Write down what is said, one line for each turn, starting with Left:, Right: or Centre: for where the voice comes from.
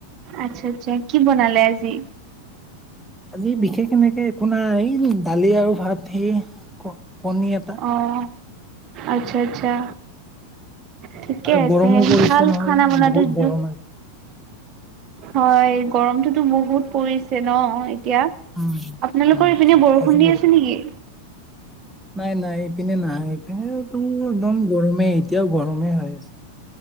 Right: আচ্ছা, আচ্ছা। কি বনালে আজি?
Centre: আজি বিশেষ এনেকে একো নাই, দালি আৰু ভাত সেয়া। ক কণী এটা।
Right: অঁ, আচ্ছা, আচ্ছা। ঠিকে
Centre: আৰু
Right: আছে।
Centre: গৰমো পৰিছে
Right: ভাল
Centre: নহয়
Right: খানা বনোৱাটো-
Centre: বহুত গৰম আজি
Right: হয়, গৰমটোতো বহুত পৰিছে ন এতিয়া!
Centre: উম,
Right: আপোনালোকৰ
Centre: উম,
Right: ইপিনে বৰষুণ
Centre: আজি
Right: দি আছে নেকি!
Centre: নাই-নাই ইপিনে নাই। ইপিনেতো একদম গৰমেই, এতিয়াও গৰমে হৈ আছে।